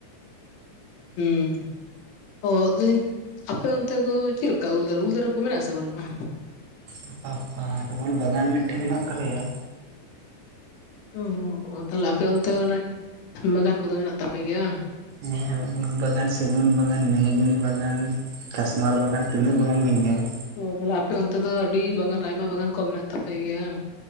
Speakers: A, on the left; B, on the right.
A: ᱦᱩᱸ᱾ ᱚᱻ ᱞᱟᱹᱭᱟᱹᱧ, ᱟᱯᱮ ᱚᱱᱛᱮ ᱫᱚ ᱪᱮᱫᱠᱟ ᱩᱞ ᱫᱟᱨᱮ, ᱩᱞ ᱫᱟᱨᱮ ᱠᱚ ᱢᱮᱱᱟᱜ-ᱟ ᱥᱮ ᱵᱟᱹᱱᱩᱜ-ᱟ?
B: <unintelligible> ᱩᱞ ᱵᱟᱜᱟᱱ ᱢᱤᱫᱴᱮᱱ ᱢᱮᱱᱟᱜ ᱛᱟᱞᱮᱭᱟ᱾
A: ᱦᱩᱸ, ᱛᱟᱦᱞᱮ ᱟᱯᱮ ᱚᱱᱛᱮ ᱫᱚ ᱚᱱᱮ ᱩᱞ ᱵᱟᱜᱟᱱ ᱠᱚᱫᱚ ᱢᱮᱱᱟᱜ ᱛᱟᱯᱮ ᱜᱮᱭᱟ ᱵᱟᱝ?
B: ᱦᱮᱸ ᱩᱞ ᱵᱟᱜᱟᱱ, ᱥᱮᱹᱜᱩᱱ ᱵᱟᱜᱟᱱ, ᱢᱤᱦᱤᱜᱤᱱᱤ ᱵᱟᱜᱟᱱ, ᱠᱟᱥᱢᱟᱨ ᱵᱟᱜᱟᱱ, ᱛᱤᱱᱟᱹᱜ ᱵᱟᱜᱟᱱ ᱵᱤᱱ ᱧᱮᱞᱟ?
A: ᱚ, ᱛᱟᱦᱞᱮ ᱟᱯᱮ ᱚᱱᱛᱮ ᱫᱚ ᱟᱹᱰᱤ ᱵᱟᱜᱟᱱ ᱟᱭᱢᱟ ᱵᱟᱜᱟᱱ ᱠᱚ ᱢᱮᱱᱟᱜ ᱛᱟᱯᱮ ᱜᱮᱭᱟ?